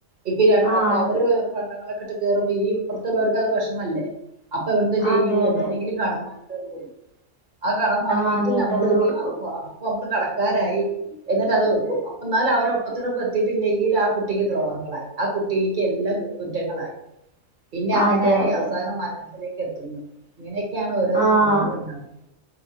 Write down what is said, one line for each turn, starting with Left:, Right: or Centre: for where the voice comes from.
Right: ഇപ്പീ രണ്ടാക്കു
Left: ആഹ്
Right: അവര് പണ്ടങ്ങളൊക്കട്ട് കേറുമ്പോ ഈ ഇപ്പർത്ത്ള്ളോർക്കത് വേശ്മല്ലേ അപ്പവട്ന്ത് ചെയ്യും
Left: അതെ അതെ അതെ
Right: എവ്ട്ന്നെങ്കിലും കടവ വാങികും ആ കടം വാങ്ങീട്ട്
Left: വാങ്ങിട്ട്
Right: നമ്മളിതി
Left: അങ്ങനെ കൊടുക്കും
Right: അപ്പൊ അപ്പമ്മള് കടക്കാരായി എന്നിട്ട് അത് വെക്കും അപ്പ എന്നാല അവരെ ഒപ്പത്തിനൊപ്പം എത്തിയിട്ടില്ലെങ്കിൽ ആ കുട്ടിക്ക് ദ്രോഹങ്ങളായി ആ കുട്ടിക്ക് എല്ലാം കുറ്റങ്ങളായി പിന്നെ അങ്ങനായി
Left: അതെ അതെ
Right: അവസാനം മരണം ലേക്ക് എത്തുന്നത് ഇങ്ങനെയൊക്കെയാണ് ഓരോ
Left: ആഹ്
Right: സംഭവങ്ങൾ ഉണ്ടാവുന്നത്